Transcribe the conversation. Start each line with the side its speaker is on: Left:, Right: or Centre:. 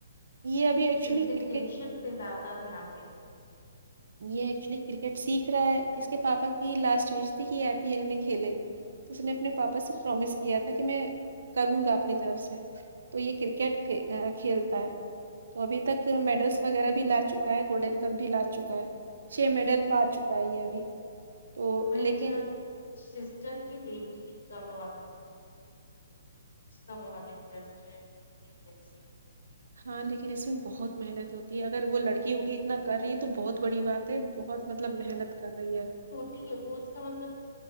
Right: یہ ابھی ایکچولی
Left: پرزنٹیشن
Right: کرکٹ
Left: پہ زیادہ دھیان د
Right: یہ ایکچولی کرکٹ سیکھ رہا ہے اس کے پاپا کی لاسٹ وش تھی ہی آئی پی ایل میں کھیلے تو اس نے اپنے پاپا
Left: اچھا،
Right: سے پرومس کیا تھا کہ میں کروں گا اپنی طرف سے تو یہ کرکٹ کھیلتا ہے تو ابھی تک میڈلس وغیرہ بھی لا چکا ہے گولڈن کپ بھی لا چکا ہے چھ میڈل پا چکا ہے یہ ابھی تو
Left: ہماری
Right: لیکن
Left: جو سسٹر کی بیٹی انا بہت اس کا بہت انٹرسٹ ہے کرکٹ کو سیکھنے میں
Right: ہاں لیکن اس میں بہت محنت ہوتی ہے اگر وہ لڑکی ہوگی اتنا کر رہی ہے تو بہت بڑی بات ہے بہت مطلب محنت کر رہی ہے
Left: ٹھیک ہے وہ اس کا مطلب